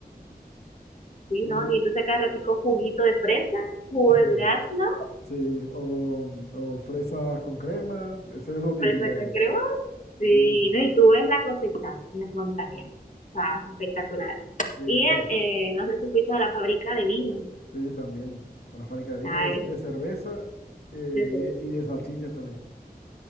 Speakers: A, on the left; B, on the left.
A: sí,
B: Y
A: ¿no?
B: algo,
A: Y entonces acá ratico juguito de fresa, jugo
B: <laughs>
A: de durazno,
B: sí, o, o fresas con crema, ese es lo típico
A: fresa
B: de allá.
A: con crema, Sí,
B: Sí, t-
A: no, y tú ves la cosecha en las montañas, está espectacular.
B: sí,
A: Y
B: sí,
A: el, eh, no sé si fuiste a la fábrica de vino,
B: sí, también. A la fábrica de vino,
A: Ay,
B: de, de cerveza eh,
A: sí, sí,
B: y, de,
A: sí.
B: y de salchichas también.